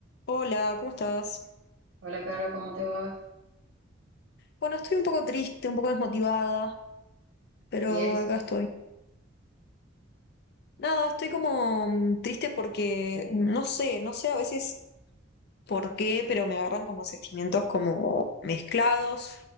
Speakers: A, on the left (about 55°); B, on the right (about 70°).
A: Hola, ¿cómo estás?
B: Hola, Caro, ¿cómo te va?
A: Bueno, estoy un poco triste, un poco desmotivada, pero
B: Y eso.
A: acá estoy. Nada, estoy como mm, triste porque mm, no sé, no sé a veces por qué, pero me agarran como sentimientos como mezclados